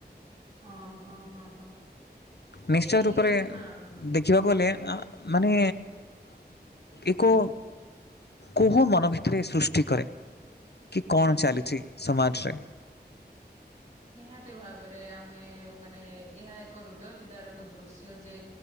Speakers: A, on the right; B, on the left.
A: ହଁ ହଁ ହଁ ହଁ
B: ନିଶ୍ଚୟ
A: ଏଇ
B: ରୂପରେ
A: ହଁ। ହଁ
B: ଦେଖିବାକୁ
A: ହଁ
B: ଗଲେ
A: କୁହ
B: ମାନେ ୟାକୁ କୋହ ମନ ଭିତରେ ସୃଷ୍ଟି କରେ କି
A: ହୁଁ
B: କଣ
A: ହୁଁ।
B: ଚାଲିଛି ସମାଜ୍ ରେ।
A: ନିହାତି ଭାବରେ ଆମେ ମାନେ ଏହା ଏକ ହୃଦୟ ବିଦାରକ ଦୃଶ୍ୟ ଯେ